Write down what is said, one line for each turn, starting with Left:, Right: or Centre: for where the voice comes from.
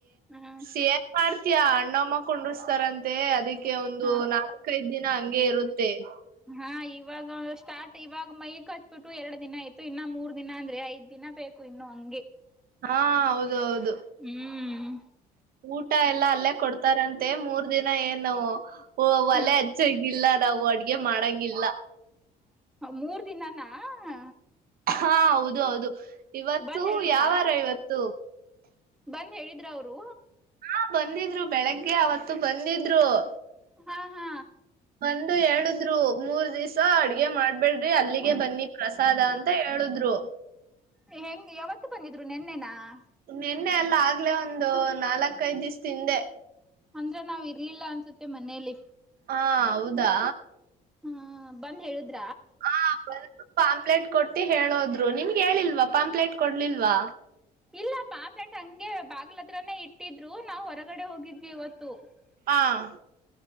Centre: ಹ್ಮ್
Right: ಸಿ ಎ ಮಾಡ್ತಯಾ ಅಣ್ಣಮ್ಮ ಕುೊಂಡಿಸಸ್ತಾರಂತೆ ಅದಿ ಒಂದು,
Centre: ಹ
Right: ನಾಲ್ಕೈದು? ದಿನ. <inaudible> ಗೆ, ಇರುತ್ತೆ? <inaudible>
Centre: ಹಾ ಇವಾಗ ಸ್ಟಾರ್ಟ್ ಇವಾಗ ಮೈ ಬಿಟ್ಟು, ಎರಡು ದಿನ ಅತ್ತು ಇನ್ನ ಮೂರು?. <inaudible> ಮೂರ್ ದಿನ, ಅಂದ್ರೆ ಐದ್, ದಿನ ಬೇಕು! ಇನ್ನು ಹಂಗೆ?. <inaudible>
Right: ಹಾ ಹೌದೌದು
Centre: ಹ್ಮ್
Right: ಊಟ? ಎಲ್ಲ ಅಲ್ಲೇ ಕೊಡ್ತಾರ ಅಂತ. <inaudible> ಮತ್ತೆ ಮೂರ್ ದಿನ ಏನು ಓ ಒಲ
Centre: ಹ ಹ
Right: ಅಚ್ಚ ಗಿಲ್ಲ ನಾವು ಅಡ್ಗೆ ಮಾಡಂಗಿಲ್ಲ
Centre: ಮೂರ್ ದಿನಾನ?. <inaudible>
Right: ಹಾ ಹೌದು ಹೌದು ಇವತ್ತು
Centre: ಬಂದ್ ಹೇಳಿದ್ರಾ
Right: ಯಾವಾರ ಇವತ್ತು
Centre: ಬಂದ್ ಹೇಳಿದ್ರ ಅವರು
Right: ಹಾ ಬಂದಿದ್ರು, ಬೆಳಗ್ಗೆ? ಅವತ್ತು ಬಂದಿದ್ರು. <inaudible>
Centre: ಹಾ ಹಾ
Right: ಒಂದು, ಎರಡದ್ರು! ಮೂರ್ ದಿವ?. <inaudible> ಸ ಅಡ್ಗೆ ಮಾಡ್ಬೇಡ್ರಿ ಅಲ್ಲಿಗೆ ಬನ್ನಿ ಪ್ರಸಾದ ಅಂತ ಹೇಳುದ್ರು
Centre: ಹೆಂಗ್, ಯಾವತ್ತು! ಬಂದಿದ್ರು ನಿೆನ್ನೆನ?.. <unintelligible>
Right: ನಿನ್ನೆ ಎಲ್ಲ ಆಗ್ಲೆೇ ಒಂದು ನಾಲ್ಕ್ೈದ್ ದಿವ್ ತಿಂದೆ
Centre: ಅಂದ್ರ ನಾವ್ ಇರ್ಲಿಲ್ಲ ಅನ್ಸುತ್ತೆ ಮನೇಲಿ
Right: ಹಾ ಹೌದಾ
Centre: ಹಾ ಬಂದ್ ಹೇಳುದೆ
Right: ಹ ಬ ಸ್ವ ಪಾಂಪ್ಲೆಟ್ ಕೊಟ್ಟಿ ಹೇಳೋದು ನಿಮ್ಗೆ ಹೇಳಿಲ್ವಾ ಪಂಪ್ಲೇಟ್ ಕೊಡ್ಲಿಲ್ವಾ
Centre: ಇಲ್ಲಪ್ಪಾ? ಫ್ರೆಂಟ್ ಹಂಗೆ ಬಾಗಿಲತ್ರನೇ? ಇಟ್ಟಿದ್ರು ನಾವವು, ಹೊರಗಡೆ ಹೋಗಿದ್ವಿ ಇವತ್ತು. <unintelligible>
Right: ಹಾ?. <inaudible>